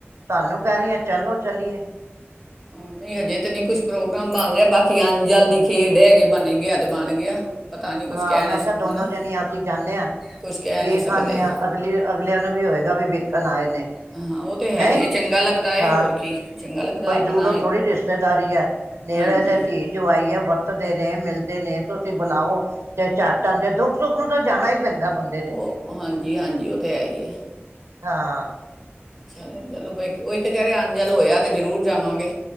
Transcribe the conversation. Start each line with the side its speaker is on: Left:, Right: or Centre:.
Right: ਤੁਹਾਨੂੰ ਕਹਿ ਰਹੀ ਆ ਚਲੋ ਚਲੀਏ
Centre: ਹੂੰ ਨਹੀਂ ਹਜੇ ਤੇ ਨਹੀਂ ਕੁਛ ਪ੍ਰੋਗਰਾਮ ਬਣ ਰਿਹਾ ਬਾਕੀ ਅਨ ਜਲ ਦੀ ਖੇਡ ਜੇ ਬਣ ਗਿਆ ਤੇ ਬਣ ਗਿਆ ਪਤਾ ਨਹੀਂ ਕੁਛ
Right: ਹਾਂ
Centre: ਕਹਿ
Right: ਮੈਂ
Centre: ਨਹੀਂ
Right: ਕਿਹਾ
Centre: ਸ-
Right: ਦੋਨੋ
Centre: ਹਨਾ
Right: ਜਨੀਆਂ ਅਸੀਂ ਜਾਂਦੇ ਹਾਂ
Centre: ਕੁਛ ਕਹਿ
Right: ਵੇਖ
Centre: ਨਹੀਂ ਸਕਦੇ
Right: ਆਣੇ ਹਾਂ ਅਗਲੀ ਅਗਲਿਆਂ ਨੂੰ ਵੀ ਹੋਏਗਾ ਵੀ ਵੇਖ ਪਹਿਲਾਂ ਆਏ ਨੇ
Centre: ਹਾਂ ਉਹ ਤੇ ਹੈ
Right: ਨਹੀਂ
Centre: ਹੀ ਆ ਚੰਗਾ ਲੱਗਦਾ
Right: ਹਾਂ
Centre: ਹੋਰ ਕੀ ਚੰਗਾ ਲੱਗਦਾ
Right: ਕੋਈ
Centre: ਆਪਣਾ
Right: ਦੂਰੋਂ
Centre: ਹੀ।
Right: ਥੋੜ੍ਹੀ ਰਿਸ਼ਤੇਦਾਰੀ ਹੈ ਨੇੜੇ
Centre: ਹਾਂਜੀ
Right: ਤੇ ਧੀ ਜਵਾਈ ਹੈ ਉੱਦੇ ਨੇ ਮਿਲਦੇ ਨੇ ਤੁਸੀਂ ਬੁਲਾਵੋ ਚਾਹੇ ਚੱਟ ਆਂਦੇ ਦੁੱਖ ਸੁੱਖ ਨੂੰ ਤਾਂ ਜਾਣਾ ਹੀ ਪੈਂਦਾ ਬੰਦੇ ਨੇ
Centre: ਉਹ ਹਾਂਜੀ ਹਾਂਜੀ ਉਹ ਤੇ ਹੈ ਹੀ।
Right: ਹਾਂ।
Centre: ਚਲੋ ਚਲੋ ਬ ਉਹੀ ਤਾਂ ਕਹਿ ਰਹੇ ਅਣ ਜਲ ਹੋਇਆ ਤੇ ਜ਼ਰੂਰ ਜਾਵਾਂਗੇ।